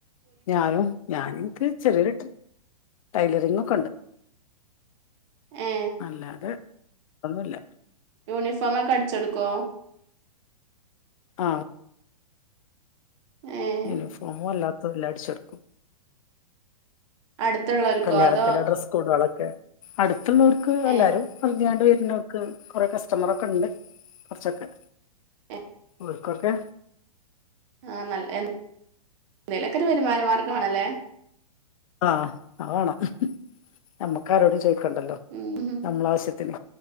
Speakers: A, on the left; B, on the right.
A: ഞാനും ഞാനിനിക്ക് ചെറിയ ടൈ ടൈലറിങ് ഒക്കെ ഉണ്ട്
B: ഏ
A: അല്ലാതെ ഒന്നുല്ല
B: യൂണിഫോമക്കെ അടിച്ചോടുക്കോ
A: ആ
B: ഏ
A: യൂണിഫോമും അല്ലാത്തല്ലോ അടിച്ചോടുക്കും
B: അടുത്തുള്ളോൽക്കോ
A: കല്യാണത്തിന്റെ
B: അതോ
A: ഡ്രസ്സ് കോഡുകളൊക്കെ അടുത്തുള്ളവർക്ക് എല്ലാവരും
B: ഏഹ്
A: പറഞ്ഞാണ്ട് വരും പിന്നൊർക്ക് കൊറെ കസ്റ്റമറൊക്കെ ഇണ്ട് കുറച്ചൊക്കെ
B: <unintelligible>
A: ഇടക്കൊക്കെ?
B: ആ നല്ല എ എന്തേലെക്കൊരു വരുമാന മാർഗ്ഗാണല്ലേ?
A: ആ ആ വാണം നമ്മുക്കാരോടും ചോയിക്ക ണ്ടല്ലോ
B: ഉം
A: നമ്മളാവശ്യത്തിന്